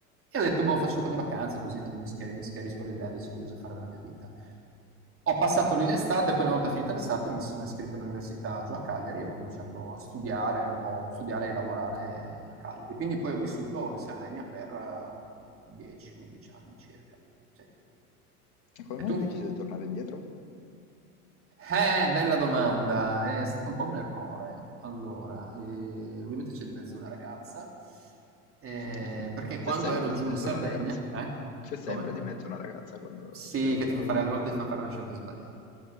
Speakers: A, on the right (about 30°); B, on the left (about 60°).
A: E ho detto, boh, faccio un po' di vacanza, così intanto mi, schier- mi schiarisco l'idea, e decido cosa fare della mia vita. Ho passato lì l'estate, poi una volta finita l'estate mi sono iscritto all'università giù a Cagliari, ho cominciato a studiare un po', studiare e lavorare a Cagliari. Quindi poi ho vissuto in Sardegna per eh, 10-11 anni circa. Sì.
B: E come mai
A: E tu?
B: hai deciso di tornare indietro?
A: Eh, bella domanda, è stato un po' un errore. Allora, eh, ovviamente c'è di mezzo una ragazza, eh,
B: <laughs>
A: perché quando
B: C'è sempre
A: ero giù
B: di mezzo
A: in Sardegna,
B: una ragazza,
A: eh?
B: c'è sempre
A: Come?
B: di mezzo una ragazza quando
A: Sì,
B: succede
A: che
B: una
A: ti
B: cosa
A: fa fare
B: del
A: alle
B: genere.
A: volte ti fa fare le scelte sbagliate.